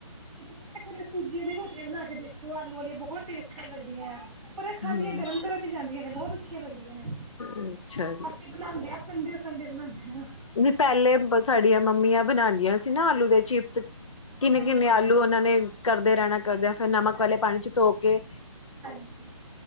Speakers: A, in the centre; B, on the left.
A: ਕੀ ਤੁਸੀ ਵੀ ਇਕ ਵਾਰ ਸੂਜੀ ਆਲੀ ਰੋਟੀਆਂ ਬਣਾ ਕੇ ਦੇਖਿਓ ਆਲ ਲੂ ਵਾਲੀਆਂ ਬਹੋਤ ਟੇਸਟੀ ਲੱਗਦੀਐਂ। ਪਰ ਐ ਖਾਦੀਆਂ
B: ਹਮ
A: ਗਰਮ ਗਰਮ ਈ ਜਾਂਦੀਆਂ ਨੇ, ਬਹੋਤ ਅਛੇ ਲਗ ਦੀਆਂ ਨੇ
B: ਅੱਛਾ
A: ਅਸੀਂ ਬਣਾਂਦੇ ਆਂ ਸੰਡੇ ਸੰਡੇ ਬਣਾਂਦੇ ਆਂ।
B: ਨੀ ਪੈਲੇ ਬ ਸਾਡੀਆਂ ਮੰਮੀਆਂ ਬਣਾਦੀਆਂ ਸੀ ਨਾ ਆਲੂ ਦੇ ਚਿਪਸ। ਕਿੰਨੇ
A: ਹਾਂਜੀ
B: ਕਿੰਨੇ ਆਲੂ ਔਨਾਂ ਨੇ ਕਰਦੇ ਰਹਿਣਾ। ਕਰਦਿਆਂ ਫੇਰ ਨਮਕ
A: ਸਾਡੇ
B: ਵਾਲੇ ਪਾਣੀ ਚ ਧੋ ਕੇ
A: ਹਾਂਜੀ